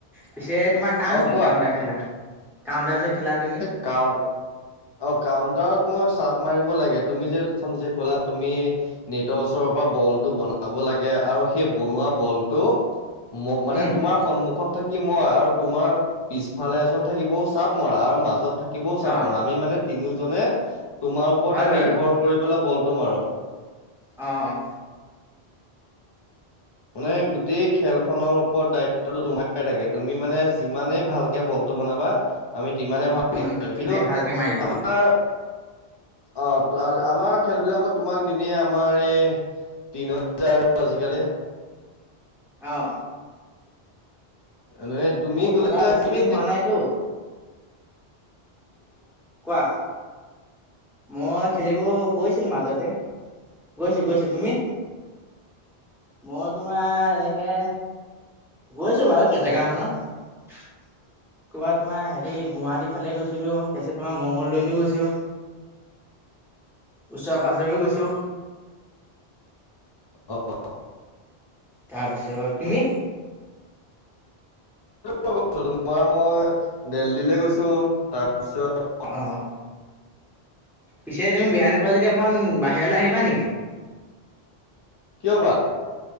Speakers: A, in the centre; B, on the left.
A: পিছে, তোমাৰ কাম
B: অ
A: কি
B: কোৱা
A: কাউন্টাৰ খেলাৰ, কাউন্টাৰ যে খেলা তুমি?
B: <unintelligible> অ', কাউণ্টাৰত মই চাপ মাৰিব লাগে তুমি যে অথনি যে কলা তুমি। নেটৰ ওচৰৰ পৰা বলটো বনাব লাগে আৰু সেই বনোৱা বলটো ম- মানে
A: উম
B: তোমাৰ সন্মুখত থাকিম মই আৰু তোমাৰ পিছফালে এজন থাকিব চাব মৰা আৰু মাজত থাকিব চাপমৰা,
A: অ',
B: আমি মানে তিনিওজনে তোমাৰ ওপৰতে
A: হয় বাৰু
B: নিৰ্ভৰ কৰি ব'লা বলটো মাৰো।
A: অ'।
B: মানে গোটেই খেল খনৰ ওপৰত দায়িত্বটো তোমাৰ থাকে তুমি মানে যিমানেই ভালকে বল বনাবা আমি তিমানে ভাল
A: উম
B: পাৰিম
A: তুমিনে
B: কিন্তু
A: ভালকে মাৰিব
B: আমাৰ অ', আমাৰ খেল বিলাকত তোমাক নিনিয়ে আমাৰ এই <unintelligible> আৰু আজিকালি
A: অ'।
B: নহয়, তুমি
A: মোৰ
B: গ'লে
A: খেলা বেছি
B: তুমি
A: দিন হোৱা নাইতো কোৱা। মই খেলিব গৈছিলোঁ মাজতে গৈছোঁ, গৈছোঁ, তুমি? মই তোমাৰ এনেকে গৈছোঁ বাৰু কেইজেগা মানত। ক'ৰবা তোমাৰ হেৰি গুৱাহাটী ফালে গৈছিলোঁ, তাৰপিছত তোমাৰ মংগলদৈতো গৈছোঁ। ওচৰে পাজৰেও গৈছোঁ।
B: অ'।
A: তাৰপিছত তুমি?
B: তোমাৰ মই দেললি লৈ গৈছোঁ তাৰপিছত
A: অ', পিছে তুমি বেয়া নুপুৱা যদি অকণ বাহিৰলৈ আহিবা নেকি?
B: কিয় বা?